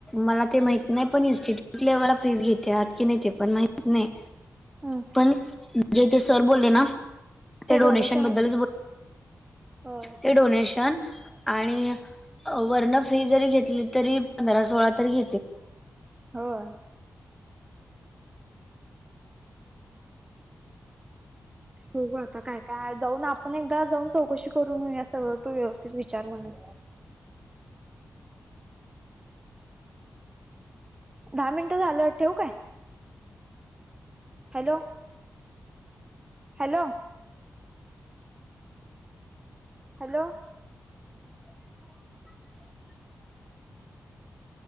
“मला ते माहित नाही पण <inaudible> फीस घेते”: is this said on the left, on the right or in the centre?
Centre